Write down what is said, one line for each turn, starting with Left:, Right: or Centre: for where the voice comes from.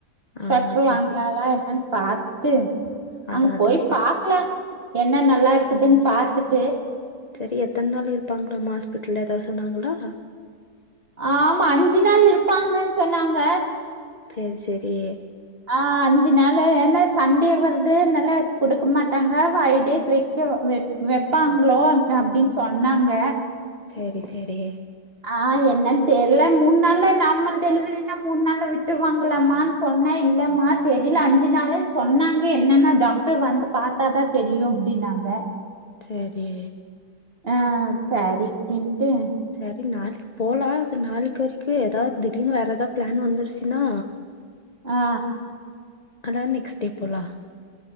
Right: சொட்ரு
Left: ஆ
Right: வாங்குனாலா
Left: செரி
Right: என்னன் பாத்துட்டு
Left: அதா
Right: அங்க
Left: அதாப்பா
Right: போய் பாக் க்லா என்ன நல்லா இருக்குதுன் பாத்துட்டு
Left: செரி எத்தன் நாள் இருப்பாங்ளாம்மா ஹாஸ்பிட்டல்ல எதாவ்து சொன்னாங்களா
Right: ஆமா அஞ்சு நாள் இருப்பாங்கன் சொன்னாங்க
Left: சேரி சேரி
Right: ஆ அஞ்சு நாளு ஏனா சண்டே வருது அத்னால குடுக்க மாட்டாங்க ஃபைவ் டேஸ் வெக்க வெக் வெப்பாங்ளோ அப்டின் சொன்னாங்க
Left: சேரி சேரி
Right: ஆ என்னன் தெர்ல மூண் நாள்ல நார்மல் டெலிவரினா மூண் நாள்ல விட்டுருவாங்கலாமா சொன்ன இல்லம்மா தெரியல அஞ்சு நாளுன் சொன்னாங்க என்னன்னா டாக்டர் வந்து பாத் த்தா தா தெரியு அப்டின்னாங்க
Left: சேரியே
Right: ஆ சரி அப்டின்ட்டு
Left: சரி நாளைக்கு போலா அது நாளைக்கு வரைக்கு எதாவ்து திடீர்னு வேற எதா பிளான் வந்துருச்சுனா
Right: ஆ
Left: அதா நெக்ஸ்ட் டே போலா